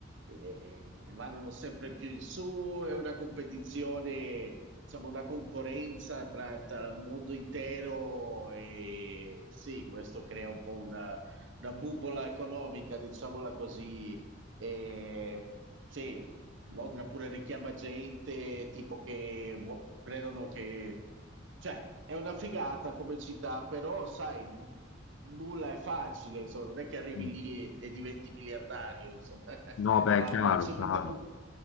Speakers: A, on the right; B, on the left.
A: eh, vanno sempre più in su, è una competizione, diciamo, una concorrenza tra, tra il mondo intero e sì, questo crea un po' una, una bubola economica, diciamola così, e sì, Londra pure richiama gente, tipo che vuo- credono che... Cioè, è una figata come città, però sai, n- nulla è facile, insomma, non è che arrivi
B: Mm.
A: lì e diventi miliardario, insomma. <laughs>
B: No, beh,
A: Ma,
B: chiaro,
A: ma c'è
B: chiaro.
A: molta... co-